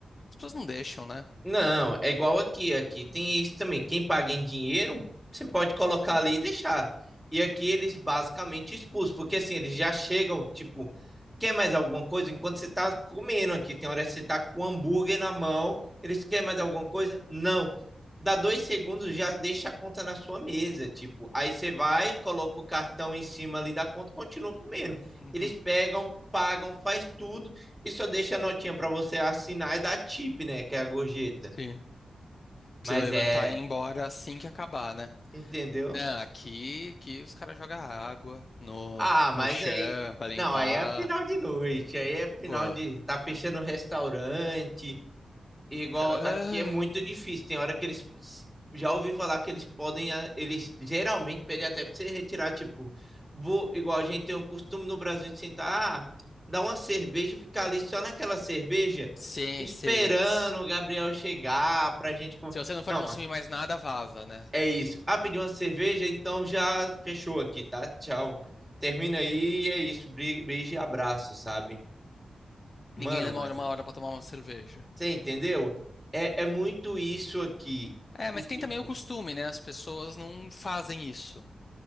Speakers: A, on the left; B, in the centre.
A: As pessoas não deixam, né?
B: Não, é igual aqui. Aqui tem isso também. Quem paga em dinheiro, você pode colocar ali e deixar. E aqui eles basicamente expulsam, porque assim, eles já chegam, tipo, quer mais alguma coisa? Enquanto você tá comendo aqui, tem hora que você tá com o hambúrguer na mão, eles querem mais alguma coisa? Não. Dá dois segundos, já deixa a conta na sua mesa, tipo. Aí você vai, coloca o cartão em cima ali da conta, continua comendo.
A: Uhum,
B: Eles pegam, pagam, faz tudo. E só deixa a notinha pra você assinar e dar tip, né? Que é a gorjeta.
A: sim.
B: Mas
A: Se levantar
B: é.
A: e ir embora assim que acabar, né?
B: Entendeu?
A: Não, aqui, aqui os caras jogam água no,
B: Ah, mas
A: no chão
B: aí.
A: pra limpar.
B: Não, aí é final de noite. Aí é final
A: Pô.
B: de. Tá fechando o restaurante. Igual
A: Cara, ah,
B: aqui é muito difícil. Tem hora que eles. Já ouvi falar que eles podem. ah, Eles geralmente pedem até pra você retirar, tipo. Vou, igual a gente tem um costume no Brasil de sentar. Ah, dar uma cerveja e ficar ali só naquela cerveja,
A: sim,
B: esperando
A: sim. Se
B: o Gabriel chegar pra gente. con-
A: se você não for
B: Não,
A: consumir mais nada, vaza, né?
B: É isso. Ah, pediu uma cerveja, então já fechou aqui, tá? Tchau. Termina aí, é isso. Bri- Beijo e abraço, sabe? Mano,
A: Ninguém demora
B: mas
A: uma
B: é-
A: hora pra tomar uma cerveja.
B: você entendeu? É, é muito isso aqui.
A: É,
B: E
A: mas
B: tipo,
A: tem também o costume, né? As pessoas não fazem isso.